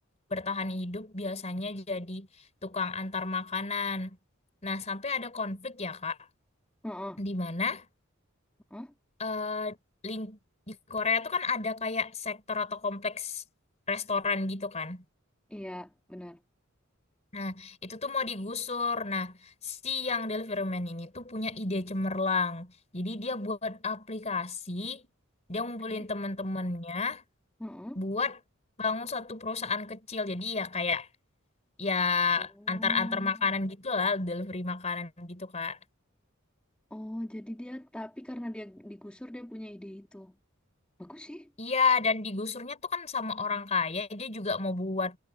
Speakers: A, on the left; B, in the centre.
A: bertahan hidup biasanya jadi tukang antar makanan nah sampai ada konflik ya Kak
B: Heeh.
A: di mana
B: Heeh.
A: eh, ling- di Korea tuh kan ada kayak sektor atau kompleks restoran gitu kan
B: Iya, benar.
A: Nah, itu tuh mau digusur. Nah, si yang Del ini tuh punya ide cemerlang. Jadi dia buat aplikasi, dia
B: Oke.
A: ngumpulin temen-temennya
B: Heeh.
A: buat bangun suatu perusahaan kecil. Jadi ya kayak ya
B: Oh.
A: antar-antar makanan gitu lah, delivery makanan gitu, Kak.
B: Oh, jadi dia tapi karena dia digusur dia punya ide itu. Bagus sih.
A: Iya, dan digusurnya tuh kan sama orang kaya, dia juga mau buat